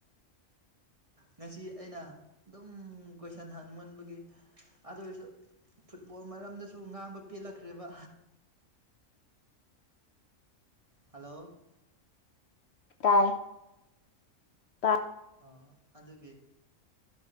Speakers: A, on the right; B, on the left.
A: ꯉꯁꯤ ꯑꯩꯅ ꯑꯗꯨꯝ ꯀꯣꯏꯁꯟ ꯍꯪꯃꯨꯟꯕꯒꯤ ꯑꯗꯨꯑꯣꯏꯔꯁꯨ ꯐꯨꯠꯕꯣꯜ ꯃꯔꯝꯗꯁꯨ ꯉꯥꯡꯕ ꯄꯦꯜꯂꯛꯈ꯭ꯔꯦꯕ
B: <inaudible>
A: ꯍꯜꯂꯣ
B: ꯇꯥꯏ ꯇꯥꯏ
A: ꯑ ꯑꯗꯨꯒꯤ